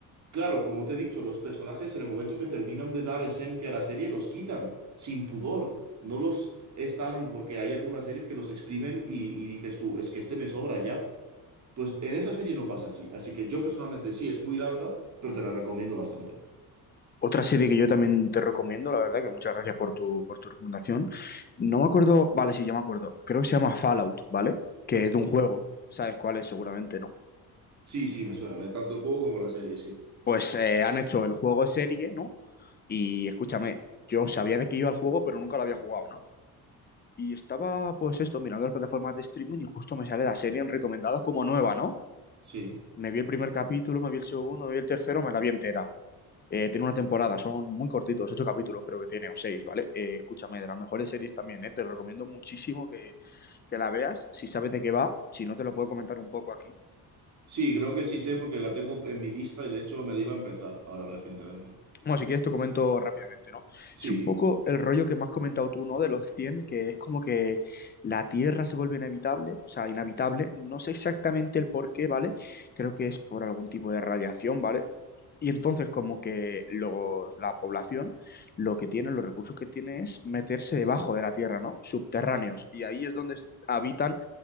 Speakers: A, on the right; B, on the left.
A: claro, como te he dicho, los personajes en el momento que terminan de dar esencia a la serie los quitan, sin pudor. No los están, porque hay algunas series que los exprimen y, y dices tú, es que este me sobra ya. Pues en esa serie no pasa así. Así que yo personalmente sí, es muy larga, pero te la recomiendo bastante.
B: Otra serie que yo también te recomiendo, la verdad, que muchas gracias por tu, por tu recomendación. No me acuerdo, vale, sí, ya me acuerdo. Creo que se llama Fallout, ¿vale? Que es de
A: Ujú.
B: un juego. ¿Sabes cuál es? Seguramente no.
A: Sí, sí, me suena, me- tanto el juego como la serie, sí.
B: Pues eh, han hecho el juego serie, ¿no? Y escúchame, yo sabía de qué iba el juego, pero nunca lo había jugado, ¿no? Y estaba, pues esto, mirando las plataformas de streaming y justo me sale la serie en recomendados como nueva, ¿no?
A: Sí.
B: Me vi el primer capítulo, me vi el segundo, me vi el tercero, me la vi entera. Eh, tiene una temporada, son muy cortitos, ocho capítulos creo que tiene, o seis, ¿vale? Eh, escúchame, de las mejores series también, ¿eh? Te recomiendo muchísimo que, que la veas. Si sabes de qué va, si no te lo puedo comentar un poco aquí,
A: Sí, creo que sí sé porque la tengo en mi lista y de hecho me la iba a empezar ahora recientemente.
B: Bueno, si quieres te comento rápidamente, ¿no?
A: Sí.
B: Es un poco el rollo que me has comentado tú, ¿no? De los 100 que es como que la Tierra se vuelve inhabitable, o sea, inhabitable. No sé exactamente el por qué, ¿vale? Creo que es por algún tipo de radiación, ¿vale? Y entonces como que los- la población lo que tiene, los recursos que tiene es meterse debajo de la Tierra, ¿no? Subterráneos. Y ahí es donde est- habitan